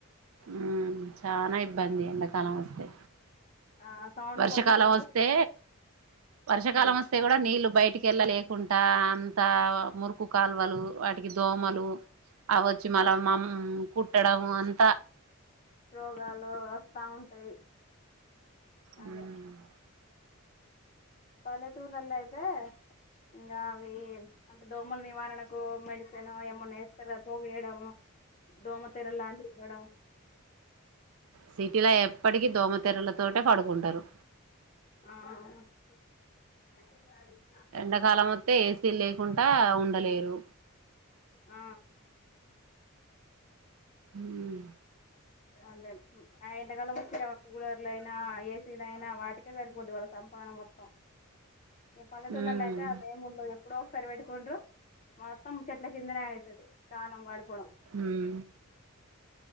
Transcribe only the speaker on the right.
మ్మ్ చానా ఇబ్బంది ఎండాకాలం వస్తే
వర్షాకాలం
వస్తే వర్షాకాలం
వస్తే కూడా నీ నీళ్ళు బయటికేళ్ళలేకుండా అంత మురుకు కాల్వలు వాటికి దోమలు అవి వచ్చి మళ్ళ
మమ్ కుట్టడం అంతా
మ్మ్
సిటీలా ఎప్పటికీ దోమతెరలతోటే పడుకుంటారు
ఎండాకాలం వత్తే ఏసీలు లేకుంటా ఉండలేరు
మ్మ్
మ్మ్
మ్మ్